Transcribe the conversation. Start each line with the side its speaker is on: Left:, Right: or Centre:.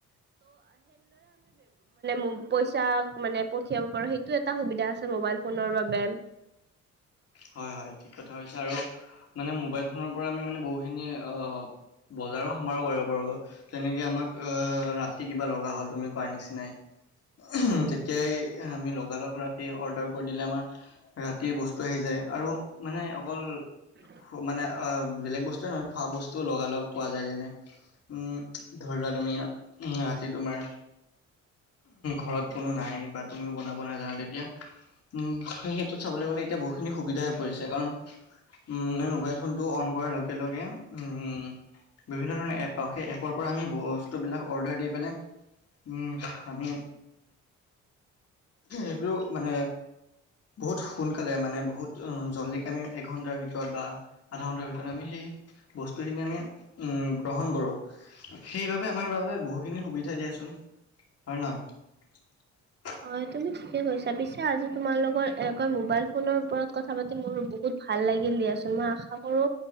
Right: ম মে পঠিয়াব পাৰো সেইটো এটা সুবিধা আছে মবাইল ফোনৰ বাবে
Left: হয় হয় ঠিক কথা হৈছে আৰু মানে মোবাইল ফোনৰ পৰা আমি মানে বহুখিনি অ বজাৰো সমাৰো কৰিব পাৰো তেনেকে আমাক অ ৰাতি কিবা লগা হ'ল তুমি কোৱাৰ নিচিনাই উ তেতিয়াই আমি লগাল লগ ৰা স অৰ্ডাৰ কৰি দিলে আমাৰ ৰাতি বস্তু আহি যায় আৰু মানে অকল
Right: উ
Left: মানে অ বেলেগ বস্তুৱে নহয় খোৱা বস্তুও লগালগ পোৱা যায় যেনে উম ধৰি লোৱা তম ৰাতি তোমাৰ ঘৰত কোনো নাই বা তুমিও বনাব নাজানা তেতিয়া উম সেই ক্ষেত্ৰত চাবলৈ গ'লে এতিয়া বহুতখিনি সুবিধাই হৈ পৰিছে কাৰণ উ মোবাইল ফোনটো অন কৰাৰ লগে লগে উম বিভিন্ন ধৰণৰ এপ পাওঁ সেই এপৰ পৰা আমি বস্তুবিলাক অৰ্ডাৰ দি পেলাই উ আমি এইবোৰ মানে বহুত সোনকালে মানে বহুত জল্লিক আমি এঘণ্টাৰ ভিতৰত বা আধা ঘণ্টাৰ ভিতৰত আমি সেই বস্তুখিনি আমি উম গ্ৰহণ কৰো সেইবাবে আমাৰ বাবে বহুখিনি সুবিধা দিয়াচোন হয় নহয়
Right: হয় তুমি ঠিক কৈছা পিছো আজি তোমাৰ লগত এনেকৈ মোবাইল ফোনৰ ওপৰত কথা পাতি মোৰ বহুত। ভাল লাগিল দিয়াচোন মই আশা কৰো